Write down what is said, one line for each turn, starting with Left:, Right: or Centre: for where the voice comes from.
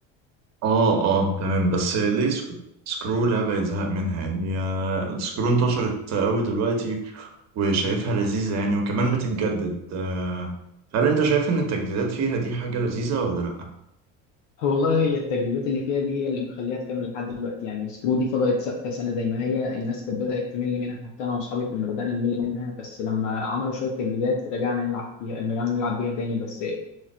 Right: اه اه تمام بس ليه سك... سكرو لعبة يتزهق منها يعني آه، سكرو انتشرت قوي دلوقتي وشايفها لذيذة يعني وكمان بتتجدد آه هل انت شايف ان التجديدات فيها دي حاجة لذيذة ولا لأ؟
Left: هو والله هي التجديدات اللي فيها دي هي اللي مخليها تكمل لحد دلوقتي يعني سكرو دي فضلت ثابته سنه زي ما هي الناس كانت بدات تمل منها حتى انا واصحابي كنا بدانا نمل منها بس لما عملوا شويه تجديدات رجعنا نلعب فيها رجعنا نلعب بيها تاني بس ال-